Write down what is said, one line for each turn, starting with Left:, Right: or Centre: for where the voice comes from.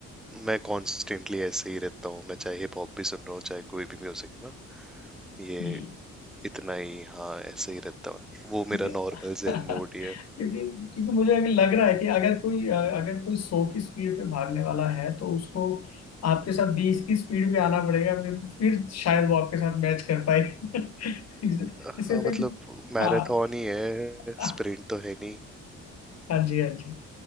Centre: मैं कॉन्स्टेंटली ऐसे ही रहता हूँ मैं चाहे हिप हॉप भी सुन रहा हूँ चाहे कोई भी म्यूजिक ना ये
Left: हम्म,
Centre: इतना ही हाँ ऐसे ही रहता हूँ वो
Left: क्योंकि
Centre: मेरा
Left: <laughs>
Centre: नॉर्मल जेन
Left: क्योंकि
Centre: मोड ही है
Left: क्योंकि मुझे अभी लग रहा है कि अगर कोई अगर कोई सौ की स्पीड पे भागने वाला है तो उसको आपके साथ बीस की स्पीड पे आना पड़ेगा फिर फिर शायद वो आपके साथ मैच कर पाए <laughs> इसे
Centre: हाँ
Left: इसे फिर
Centre: मतलब मैराथन
Left: हाँ
Centre: ही
Left: <laughs>
Centre: है
Left: हाँ
Centre: स्प्रिंट तो है नहीं
Left: जी हाँ जी